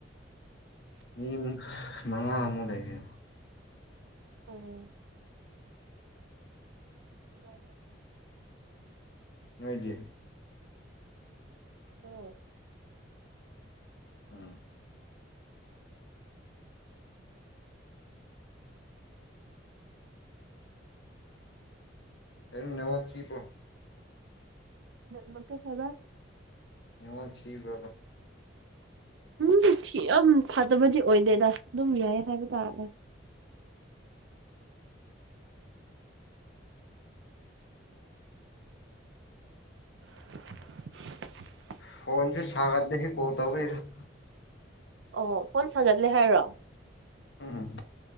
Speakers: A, on the left; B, on the right.
A: ꯃꯤ ꯃꯉꯥ ꯃꯨꯛ ꯂꯩꯌꯦ꯫
B: ꯎꯝ <unintelligible>
A: ꯅꯣꯢꯗꯤ?
B: ꯑꯣ <inaudible>
A: ꯎꯝ ꯑꯦ ꯅꯃꯛꯥꯛ ꯀ ꯄ꯭ꯔꯣ <inaudible>
B: ꯃꯀꯩ ꯍꯥꯏꯕ <inaudible>
A: ꯑ ꯋꯥ ꯊꯤ꯭ꯔꯕꯥ
B: ꯎꯝ ꯁꯤ ꯌꯥꯝ ꯐꯠꯇꯕꯗꯤ ꯑꯣꯏꯗꯦꯗ ꯑꯗꯨꯝ ꯌꯥꯏꯌꯦ ꯍꯥꯏꯕ ꯇꯥꯔꯒ <inaudible> <inaudible>
A: ꯄꯣꯟꯁꯤꯦ ꯁꯥꯒꯔꯗꯒꯤꯦ ꯀꯣꯊꯧꯕꯔ
B: ꯑꯣ ꯐꯣꯟ ꯁꯥꯒꯠꯂꯦ ꯍꯥꯏꯔꯣ
A: ꯎꯝꯝ